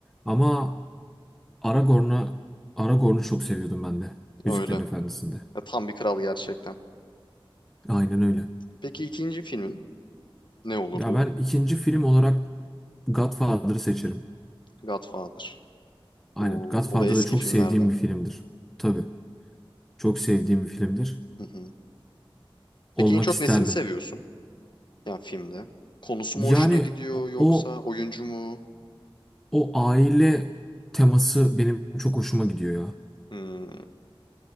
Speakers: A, in the centre; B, on the left.
A: Ama Aragorn'a Aragorn'u çok seviyordum ben de
B: Öyle.
A: Yüzüklerin Efendisi'nde.
B: Ya, tam bir kral gerçekten.
A: Aynen öyle.
B: Peki ikinci filmin ne olurdu?
A: Ya ben ikinci film olarak Godfather'ı seçerim.
B: Godfather.
A: Aynen.
B: Oo,
A: Godfather
B: o da eski
A: da çok
B: filmlerden.
A: sevdiğim bir filmdir. Tabii. Çok sevdiğim bir filmdir.
B: Hı hı. Peki
A: Olmak
B: en çok
A: isterdim.
B: nesini seviyorsun? Yani filmde. Konusu
A: Yani
B: mu hoşuna gidiyor
A: o
B: yoksa
A: o,
B: oyuncu mu?
A: o aile teması benim çok hoşuma gidiyor ya.
B: Hmm,